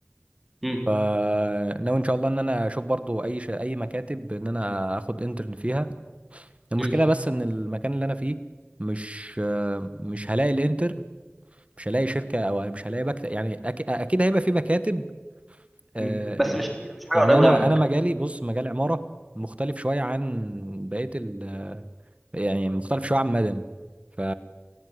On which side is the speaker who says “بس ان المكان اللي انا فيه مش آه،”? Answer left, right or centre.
Right